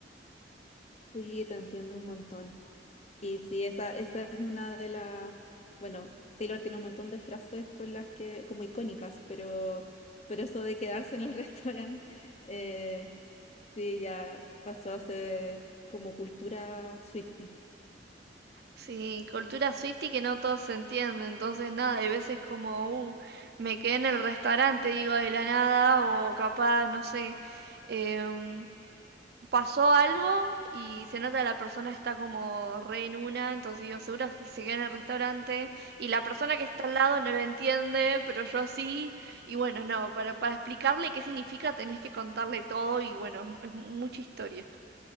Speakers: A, on the left; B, on the right.
A: Sí, te entiendo un montón. Y sí, esa, esa es una de las, bueno, Taylor tiene un montón de frases con las que, como icónicas, pero, pero eso de quedarse en el <laughs> restaurante, eh, sí, ya pasó a ser como cultura Swifty.
B: Sí, cultura y que no todos se entienden, entonces nada, hay veces como, uh, me quedé en el restaurante, digo, de la nada, o capaz, no sé, em, pasó algo y se nota la persona está como re en una, entonces digo, seguro que se queda en el restaurante y la persona que está al lado no lo entiende, pero yo sí, y bueno, no, para, para explicarle qué significa tenés que contarle todo y bueno, es es mucha historia.